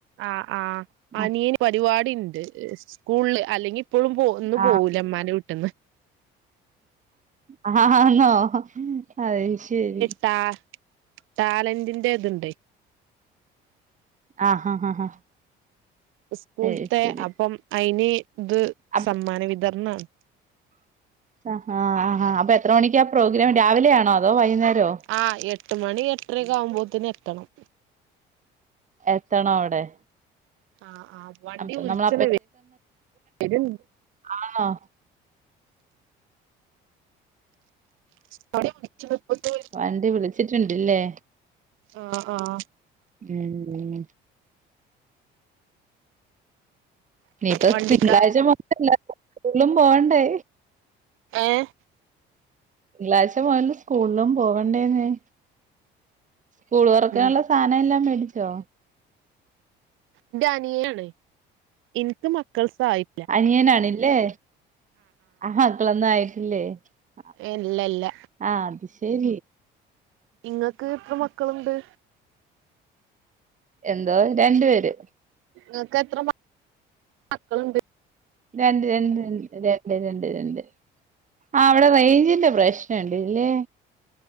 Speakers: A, on the right; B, on the right.
A: ആഹ് ആഹ്
B: ആഹ്
A: ആനിയന് പരിപാടിണ്ട് സ്കൂള്ള് അല്ലെങ്കിൽ ഇപ്പളും പോ ഇന്നു
B: ആഹ്
A: പോവൂല ഇമ്മാന്റെ വീട്ട്ന്ന്
B: ആഹഹ് ന്നോ അഹ് ശരി
A: ട്ടാ ട്ടാലന്റിന്റെ ഇത്ണ്ടേ
B: ആഹ്ഹഹാ ആഹ്
A: ഇസ്കൂൾത്തെ
B: അത് ശരി
A: അപ്പം അയിന് ത്
B: അപ്പൊ
A: സമ്മാന വിതർണാണ്
B: ആഹ് ഹ ഹ അപ്പൊത്ര മണിക്യാ പ്രോഗ്രാം രാവിലൊണോ അതോ വൈകുന്നേരോ
A: ആഹ് എട്ട് മണി എട്ട് രക്കാകുമ്പോത്തിന് എത്തണം
B: എത്തണോ അവിടെ
A: ആഹ് ആഹ് വണ്ടി
B: അപ്പ
A: വുൾച്ച്ണ്
B: നമ്മൾ
A: വേ വെരും
B: ആന്നോ
A: <unintelligible>
B: വണ്ടി വിളിച്ച്ട്ട്ണ്ട്ല്ലേ
A: ആഹ് ആഹ്
B: ഉം ഉം ഇനിയിപ്പ
A: വണ്ടിക്കാരൻ
B: തിങ്കളാഴ്ച മുതലല്ലാരും സ്കൂളും പോണ്ടേ
A: ഏഹ്
B: തിങ്കളാഴ്ച മൊതല് സ്കൂളും പോകണ്ടേന്നേ സ്കൂള് തുറക്കാനുള്ള
A: ഉം
B: സാധനല്ലാം മേടിച്ചോ
A: ഇന്റെ അനിയനാണ് ഇൻക്ക് മക്കൾസ് ആയി
B: അനിയനാണില്ലേ ആഹ് മക്കളൊന്നു ആയിറ്റില്ലേ അ അ
A: ഇല്ല ഇല്ല
B: ആഹ് അത് ശരി
A: ഇങ്ങക്ക് എത്ര മക്കളുണ്ട്
B: എന്തോ രണ്ട് പേര്
A: ഇങ്ങക്ക് എത്ര മ മക്കള്ണ്ട്
B: രണ്ട് രണ്ട് രണ്ട് രണ്ട് രണ്ട് രണ്ട് ആ അവിടെ റേയ്‌ഞ്ചിന്റെ പ്രശ്നണ്ട്ല്ലേ